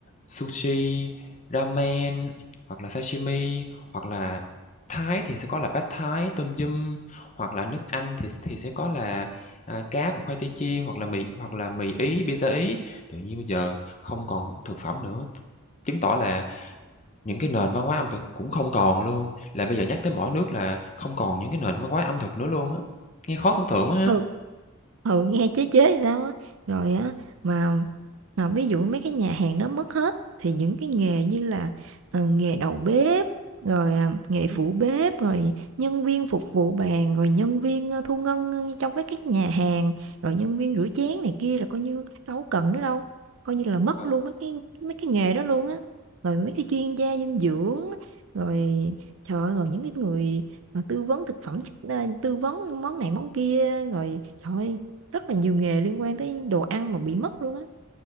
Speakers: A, on the left (about 30°); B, on the right (about 65°).
A: sushi, ramen, hoặc là sashimi, hoặc là Thái thì sẽ có là bát Thái tôm yum, hoặc là nước Anh thì thì sẽ có là, à, cá và khoai tây chiên, hoặc là mì hoặc là mì Ý, pizza Ý. Tự nhiên bây giờ không còn thực phẩm nữa, chứng tỏ là những cái nền văn hóa ẩm thực cũng không còn luôn, là bây giờ nhắc tới mỗi nước là không còn những cái nền văn hóa ẩm thực nữa luôn á. Nghe khó tưởng tượng quá ha!
B: Ừ. Ừ, nghe chế chế sao á. Rồi á mà mà ví dụ mấy cái nhà hàng đó mất hết thì những cái nghề như là ờ, nghề đầu bếp rồi à, nghề phụ bếp rồi nhân viên phục vụ bàn rồi nhân viên ờ, thu ngân trong các cái nhà hàng rồi nhân viên rửa chén này kia là coi như đâu có cần nữa đâu coi như là mất
A: Ừ.
B: luôn mấy cái mấy cái nghề đó luôn á rồi mấy cái chuyên gia dinh dưỡng rồi trời ơi, rồi những cái người ờ, tư vấn thực phẩm chức- ờ, tư vấn món này món kia rồi trời ơi, rất là nhiều nghề liên quan tới đồ ăn mà bị mất luôn á,